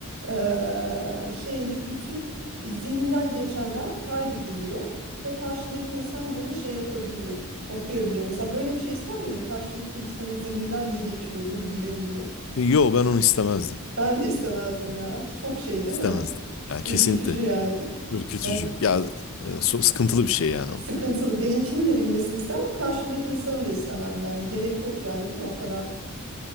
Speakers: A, on the right; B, on the left.
A: eee, şeyini bütün zihninden geçenler kaydediliyor ve karşındaki insan bunu şey yapabiliyor okuyabiliyor. Mesela böyle bir şey ister miydin? Karşındaki insanın zihninden ne geçiyor bunu bilebilmek.
B: Yo ben onu istemezdim.
A: Ben de istemezdim ya. Çok şey değil
B: İstemezdim.
A: mi?
B: Yani
A: Ürkütücü
B: kesinlikle
A: yani.
B: ürkütücü.
A: Yani
B: Ya e, so- sıkıntılı bir şey yani
A: sıkıntılı.
B: o.
A: Benimkinin de bilmesini istemem ama karşımdaki insanın da istemem yani. Gerek yok yani değil mi? O kadar